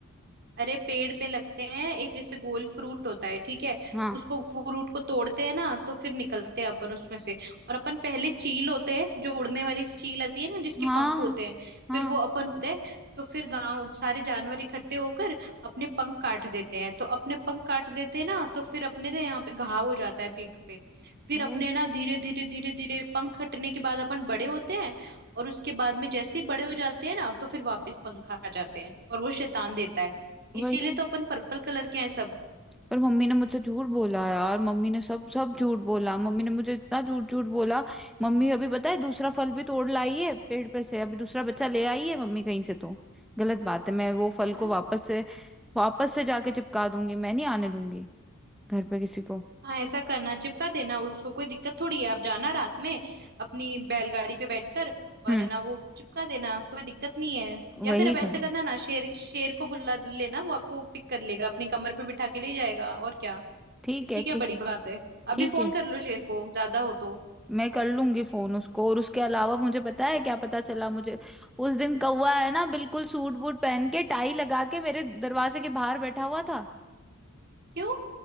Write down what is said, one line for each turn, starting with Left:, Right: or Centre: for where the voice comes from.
Right: अरे पेड़ पे लगते हैं एक इससे गोल फ्रूट होता है ठीक है
Centre: हाँ
Right: उसको फ्रूट को तोड़ते हैं ना तो फिर निकलते हैं अपन उसमें से और अपन पहले चील होते हैं जो उड़ने वाली चील आती है ना जिसके
Centre: हाँ
Right: पंख होते हैं
Centre: हाँ
Right: फिर वो अपन होते हैं तो फिर गांव सारे जानवर इकट्ठे होकर अपने पंख काट देते हैं तो अपने पंख काट देते हैं ना तो फिर अपने ना यहाँ पे घाव हो जाता है पीठ पे फिर
Centre: वही
Right: अपने ना धीरे धीरे धीरे धीरे पंख कटने के बाद अपन बड़े होते हैं और उसके बाद में जैसे ही बड़े हो जाते हैं ना तो फिर वापस पंख आ जाते हैं और वो शैतान देता है
Centre: वही
Right: इसीलिए तो अपन पर्पल कलर के हैं सब
Centre: पर मम्मी ने मुझसे झूठ बोला यार मम्मी ने सब सब झूठ बोला मम्मी ने मुझे इतना झूठ झूठ बोला मम्मी अभी पता है दूसरा फल भी तोड़ लाई है पेड़ पे से अभी दूसरा बच्चा ले आई है मम्मी कहीं से तो गलत बात है मैं वो फल
Right: है ना
Centre: को वापस से वापस से जाके चिपका दूंगी मैं नहीं आने दूंगी घर पे किसी को
Right: हाँ ऐसा करना चिपका देना उसको कोई दिक्कत थोड़ी है आप जाना रात में अपनी बैलगाड़ी पे बैठकर और
Centre: हम्म
Right: है ना वो चिपका देना कोई दिक्कत नहीं है या
Centre: वही
Right: फिर आप
Centre: करना
Right: ऐसे करना ना शेर शेर को बुला लेना वो आपको पिक कर लेगा अपनी कमर पे बिठा के ले जाएगा और क्या
Centre: ठीक
Right: इतनी
Centre: है
Right: क्या
Centre: ठीक
Right: बड़ी
Centre: है
Right: बात है अभी
Centre: ठीक
Right: फोन
Centre: है
Right: कर लो शेर को ज्यादा हो तो
Centre: मैं कर लूंगी फोन उसको और उसके अलावा मुझे पता है क्या पता चला मुझे उस दिन कौवा है ना बिल्कुल सूट बूट पहन के टाई लगा के मेरे दरवाजे के बाहर बैठा हुआ था
Right: क्यों